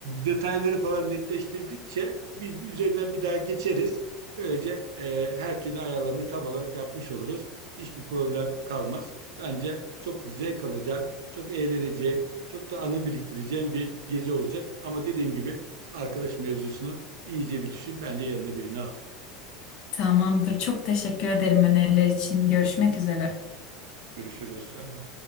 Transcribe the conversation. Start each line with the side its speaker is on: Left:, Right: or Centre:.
Right: detayları falan netleştirdikçe biz üzerinden bir daha geçeriz. Böylece e, her türlü ayarlamayı tam olarak yapmış oluruz. Hiçbir problem kalmaz. Bence çok zevk alacağın, çok eğleneceğin, çok da anı biriktireceğin bir gezi olacak. Ama dediğim gibi arkadaş mevzusunu iyice bir düşün. Bence yanına birini al.
Left: Tamamdır. Çok teşekkür ederim öneriler için. Görüşmek üzere.
Right: Görüşürüz. Sağ ol.